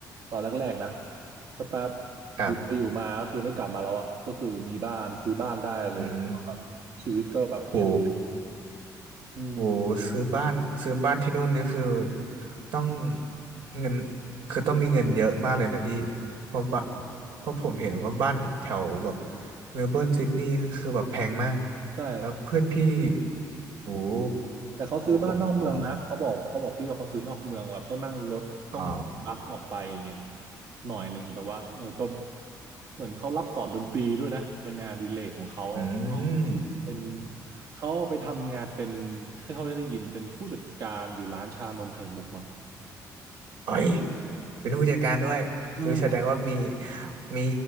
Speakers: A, on the right; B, on the right.
A: ตอนแรกๆนะสักแป๊บ
B: ครับ
A: อยู่ไปอยู่มาก็คือไม่กลับมาแล้วอ่ะก็คือมีบ้านซื้อบ้านได้เลยแล้วก็แบบชีวิตก็แบบเปลี่ยน
B: อืมโห
A: อืม
B: โอ้ซื้อบ้านซื้อบ้านที่นู่นนี่คือต้องเงินคือต้องมีเงินเยอะมากเลยนะพี่เพราะบ้านเพราะผมเห็นว่าบ้านแถวแบบเมลเบิร์นซิดนีย์คือแบบแพงมาก
A: ใช่
B: แล้วเพื่อนพี่โอ้โห
A: แต่เขาซื้อบ้านนอกเมืองนะเขาบอกเขาบอกพี่ว่าเขาซื้อนอกเมืองแบบต้องนั่งรถต้องบัสออกไปอย่างเงี้ย
B: โอ้ผมผมอ๋อ
A: หน่อยนึงแต่ว่าเออก็เหมือนเขารับสอนดนตรีด้วยนะเป็นงานอดิเลกของเขาก็
B: อืม
A: เป็นเขาไปทำงานเป็นที่เขาได้ยินเป็นผู้จัดการอยู่ร้านชานมไข่มุกมั้ง
B: เอ้ย เป็นผู้จัดการด้วยอุ้ยแสดงว่ามี
A: อืม
B: มี